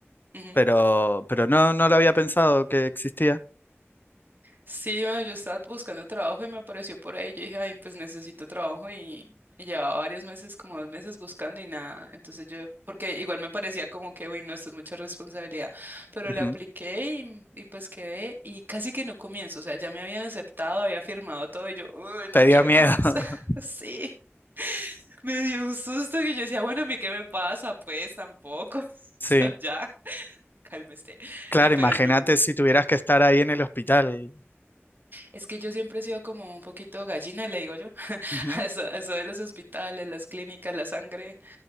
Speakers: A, on the right; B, on the left.
A: ujú.
B: pero, pero no, no lo había pensado que existía.
A: Sí, bueno, yo estaba buscando trabajo y me apareció por ahí. Yo dije, ay, pues necesito trabajo y, y llevaba varios meses, como dos meses buscando y nada. Entonces yo, porque igual me parecía como que, uy, no, esto es mucha responsabilidad, pero
B: Ujú.
A: le apliqué y, y pues quedé y casi que no comienzo. O sea, ya me habían aceptado, había firmado todo y yo, uy, no
B: Te dio
A: quiero
B: miedo.
A: comenzar.
B: <laughs>
A: <laughs> Sí, me dio un susto que yo decía, bueno, ¿a mí qué me pasa? Pues tampoco. <laughs>
B: Sí.
A: O sea, ya, cálmese.
B: Claro,
A: Eh, pero
B: imagínate
A: no.
B: si tuvieras que estar ahí en el hospital.
A: Es que yo siempre he sido como un poquito gallina, le digo yo. <laughs>
B: Ujú.
A: a Eso, a eso de los hospitales, las clínicas, la sangre,